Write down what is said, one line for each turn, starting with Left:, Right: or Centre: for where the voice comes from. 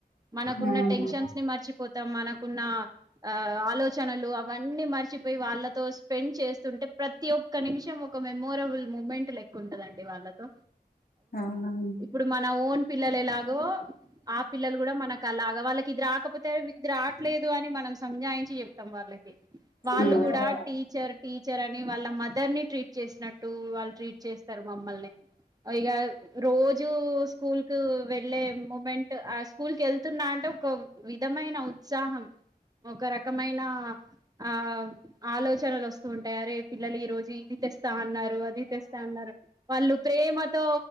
Right: మనకున్న
Left: మ్మ్.
Right: టెన్షన్స్ ని మర్చిపోతాం మనకు. ఉన్న ఆ ఆలోచనలు అవన్నీ మర్చిపోయి వాళ్ళతో స్పెండ్ చేస్తుంటే ప్రతి ఒక్క. ఒక్క నిమిషం ఒక మెమోరబుల్ మూమెంట్ లెకు ఉంటదండి వాళ్ళతో.
Left: అవునా మ్మ్.
Right: ఇప్పుడు మన ఓన్ పిల్లలు ఎలా. గో.. ఆ పిల్లలు కూడా మనకు అలాగా వాళ్ళకి ఇదిరు రాకపోతే ఇది. లేదు అని మనం సంజాయించి చెప్తాం వాళ్ళకి వాళ్ళు
Left: మ్మ్.
Right: కూడా టీచర్ టీచర్ అని వాళ్ళ. మదర్ ని ట్రీట్ చేసినట్టు వాళ్ళు ట్రీట్ చేస్తారు మమ్మల్ని. ఈగ రోజూ స్కూల్ కు వెళ్ళలే మూమెంట్ ఆ స్కూల్ కి వెళ్తున్నా అంటే. ఒక విధమైన ఉత్సాహం ఒక రకమైన. ఆ ఆలోచనలు వస్తూ ఉంటాయా రే పిల్లలు ఈ రోజు ఇది తె. స్తాన్నారు అది తెస్తా ఉన్నారు వాళ్ళు ప్రేమతో